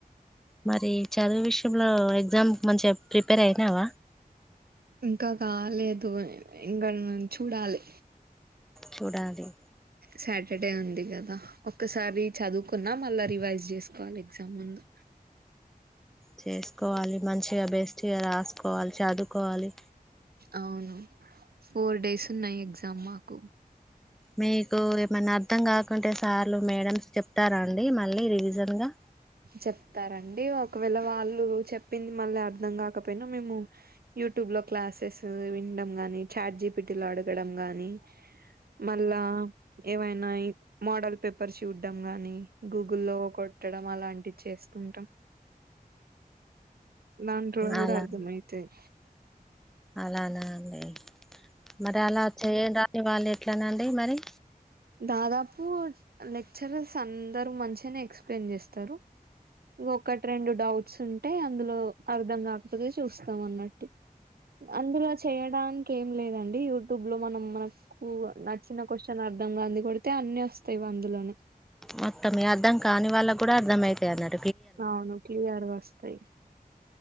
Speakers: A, in the centre; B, on the right.
A: మరి చదువు విషయంలో ఎగ్జామ్ మంచిగా ప్రిపేర్ అయినావ.
B: ఇంకా కాలాలేదు, ఇంకాడ చూడాలి.
A: చూడాలి.
B: సాటర్డే ఉంది కదా ఒక్కసారి చదువుకున్నా. మళ్ళా రివైజ్ చేసుకోవాలి ఎగ్జామ్ ముందు.
A: చేసుకోవాలి. మంచిగా బెస్ట్ గా రాసుకోవాలి చదువుకోవాలి.
B: అవును ఫోర్ డేస్ ఉన్నాయి. ఎగ్జామ్ మాకు.
A: మీకు ఏమన్నా అర్థం కాకుంటే సార్లు మేడమ్స్ చెప్తారా. అండి మళ్ళీ రివిజన్ గా.
B: చెప్తారంండి ఒకవేళ వాళ్ళు చెప్పింది. మళ్ళీ అర్థం కాకపోయినా మేము యూట్యూబ్. బ్ లో క్లాసెస్ వినడం. గాని చాట్ జీపిటీలో అడగడం గాని. మళ్ళా ఏవైనా మోడల్ పేపర్స్ చూడ్డం. గాని గూగుల్లో కొట్టడం. అలాంటివి చేస్తూ ఉంటాం. దాంట్లో కూడా
A: అలా
B: అర్థమైతే యి.
A: అలానా అండి మరి అలా చేయం రాని వాళ్ళు ఎట్లనా అండి మరి.
B: దాదాపు లెక్చరర్స్ అందరూ మంచిగానే ఎక్స్ప్లెయిన్ చేస్తారు. ఒకటి రెండు డౌట్స్ ఉంటే. అందులో అర్ధం కాకపోతే చూస్తాం అన్నట్టు. అందులో చేయడానికి ఏం లేదండి. యూట్యూబ్ లో మనం మనకు నచ్చిన క్వశ్చన్ ఆన్స. సంబంధి కొడితే అన్ని వస్తాయి అందులోనే.
A: మొత్తం అర్థం కాని వాళ్ళకి కూడా అర్థంమవుతయి అన్నట్.
B: అవును క్లియర్ వస్తాయి.